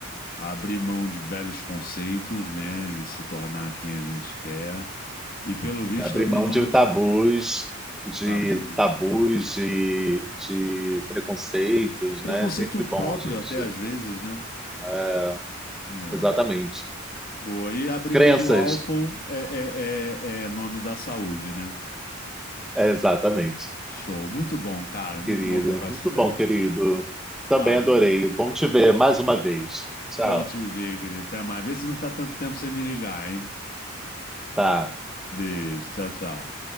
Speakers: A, on the left; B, in the centre.
A: abrir mão de velhos conceitos, né, e se tornar quem a gente quer, e pelo visto
B: Abrir
A: abrir
B: mão
A: mão
B: de
A: de
B: tabus, de
A: tabu,
B: tabus, de, de preconceitos,
A: preconceito
B: né? É sempre
A: próprio
B: bom gente
A: até às vezes, né?
B: É,
A: É.
B: exatamente.
A: Boa, e abrir
B: Crenças.
A: mão do álcool é, é, é, é nome da saúde, né?
B: É, exatamente.
A: Show, muito bom, cara, muito
B: Querido.
A: bom trocar
B: Muito
A: essa ideia.
B: bom, querido. Também
A: Valeu.
B: adorei. Bom te ver mais uma vez. Tchau.
A: Bom te ver, querido. Até mais. Vê se não fica tanto tempo sem me ligar, hein?
B: Tá.
A: Beijo, tchau, tchau.